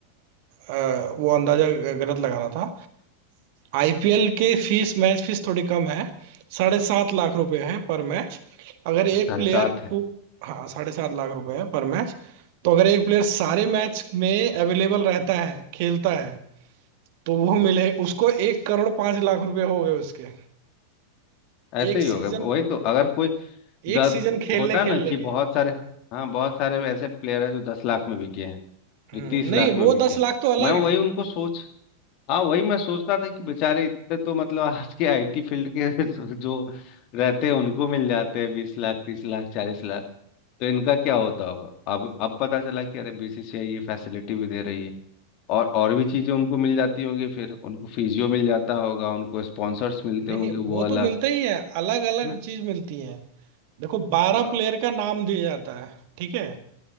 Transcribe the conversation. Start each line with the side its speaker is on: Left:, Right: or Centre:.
Right: अ, वो अंदाजा गलत लगा रहा था आईपीएल के फीस मैच फीस थोड़ी कम है साढ़े सात लाख रुपए है पर मैच अगर एक
Left: तो साढ़े
Right: प्लेयर
Left: सात है
Right: पू- हाँ साढ़े सात लाख रुपए है पर मैच तो अगर एक प्लेयर सारे मैच में अवेलेबल रहता है खेलता है तो वो मिले उसको एक करोड़ पांच लाख रुपए हो गए उसके
Left: ऐसे
Right: एक सीजन
Left: ही होगा वही तो अगर कोई
Right: एक
Left: दस
Right: सीजन खेलने
Left: होता
Right: खेलने
Left: है ना कि
Right: के
Left: बहुत सारे हाँ बहुत सारे ऐसे प्लेयर है जो दस लाख में बिके हैं
Right: हम्म
Left: जो तीस
Right: नहीं
Left: लाख में
Right: वो
Left: बिके
Right: दस लाख तो अलग
Left: मैं वही
Right: है
Left: उनको सोच हाँ वही मैं सोचता था कि बेचारे इतने तो मतलब आज के आईटी फील्ड के <laughs> जो रहते हैं उनको मिल जाते हैं बीस लाख तीस लाख चालीस लाख तो इनका क्या होता होगा अब अब पता चला कि अरे बीसीसीआई ये फैसिलिटी भी दे रही है और और भी चीजें उनको मिल जाती होंगी फिर उनको फिजियो मिल जाता होगा उनको स्पॉन्सर्स मिलते
Right: नहीं
Left: होंगे
Right: नहीं
Left: वो
Right: वो
Left: अलग
Right: तो मिलते ही है अलग अलग
Left: है ना
Right: चीज मिलती है देखो बारह
Left: वाह।
Right: प्लेयर का नाम दिया जाता है ठीक है